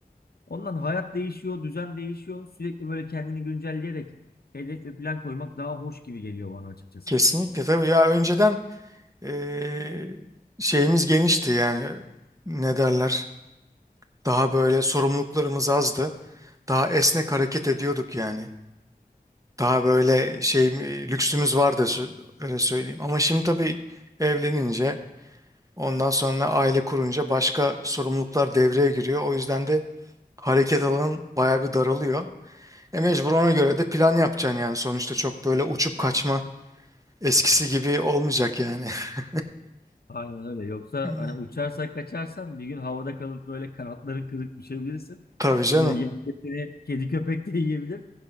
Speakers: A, on the left; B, on the right.
A: Ondan hayat değişiyor, düzen değişiyor. Sürekli böyle kendini güncelleyerek hedef ve plan koymak daha hoş gibi geliyor bana açıkçası.
B: Kesinlikle tabii ya önceden eee, şeyimiz genişti yani ne derler daha böyle sorumluluklarımız azdı. Daha esnek hareket ediyorduk yani. Daha böyle şey lüksümüz vardı sö- öyle söyleyeyim. Ama şimdi tabii evlenince Ondan sonra aile kurunca başka sorumluluklar devreye giriyor. O yüzden de hareket alanın bayağı bir daralıyor. E mecbur ona göre de plan yapacaksın yani. Sonuçta çok böyle uçup kaçma eskisi gibi olmayacak yani. <laughs>
A: Aynen öyle. Yoksa
B: Hmm.
A: hani uçarsak kaçarsan bir gün havada kalıp böyle kanatların kırık düşebilirsin.
B: Tabii canım.
A: Böyle yerde seni kedi köpek de yiyebilir.